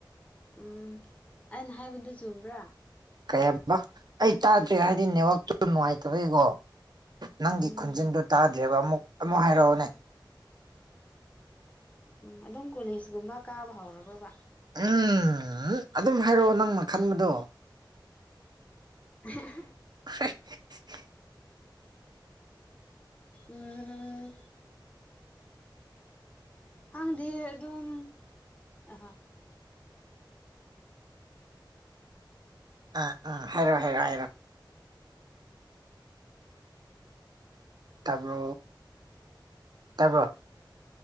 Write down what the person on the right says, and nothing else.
ꯀꯌꯥꯝꯝꯕ ꯑꯩ ꯆꯥꯗ꯭ꯔꯦ ꯍꯥꯏꯗꯤ ꯅꯦꯠꯋꯥꯛꯇꯨ ꯅꯨꯡꯉꯥꯏꯇꯕꯦꯀꯣ ꯅꯪꯒꯤ
ꯈꯨꯟꯖꯤꯟꯗꯨ ꯇꯥꯗ꯭ꯔꯦꯕ ꯑꯃꯨꯛ ꯑꯃꯨꯛ ꯍꯥꯏꯔꯛꯑꯣꯅꯦ
ꯎꯝ ꯑꯗꯨꯝ ꯍꯥꯏꯔꯛꯑꯣ ꯅꯪꯅ ꯈꯟꯕꯗꯣ
<unintelligible>
ꯑꯥ ꯑꯥ ꯍꯥꯏꯔꯑꯣ ꯍꯥꯏꯔꯛꯑꯣ ꯍꯥꯏꯔꯣꯑꯣ ꯇꯥꯄ ꯇꯄ